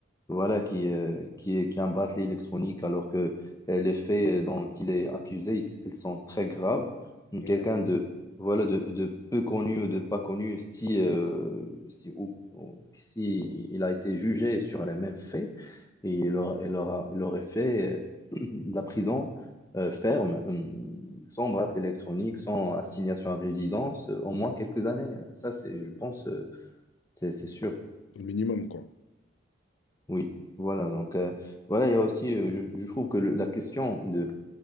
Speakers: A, on the left; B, on the left.
A: voilà, qui, euh, qui, est- qui est un bracelet électronique, alors que euh, les faits euh, dont il est accusé, ils, ils sont très graves. Donc,
B: non,
A: Quelqu'un de, voilà, de, de peu connu ou de pas connu, si, euh, si, ou- ou- si il a été jugé sur les mêmes faits, et il aura, il aura- il aurait fait euh, <clears throat> de la prison euh, ferme, hum, sans bracelet électronique, sans assignation à résidence, euh, au moins quelques années. Ça, c'est, je pense, euh, c'est c'est sûr.
B: c'est le minimum, quoi.
A: Oui, voilà. Donc, euh, voilà, il y a aussi, euh, je, je trouve que le- la question de